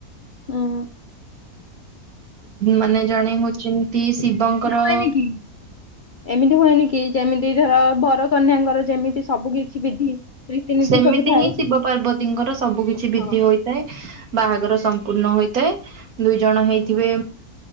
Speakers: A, on the left; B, on the right.
A: ହଁ।
B: ମାନେ ଜଣେ ହଉଛନ୍ତି ଶିବଙ୍କର
A: ହୁଏନି କି ଏମିତି ହୁଏନି କି ଯେମିତି ଧର ବରକନ୍ୟାଙ୍କର ଯେମିତି ସବୁ କିଛି ବିଧି। ରୀତିନୀତି
B: ସେମିତି
A: ସବୁ ଥାଏ
B: ହିଁ ଶିବ ପାର୍ବତୀଙ୍କର ସବୁ କିିଛି ବିଧି
A: ହଁ
B: ହୋଇଥାଏ ବାହାଘର। ପୂର୍ଣ୍ଣ ହୋଇଥାଏ ଦୁଇ ଜଣ ହେଇଥିବେ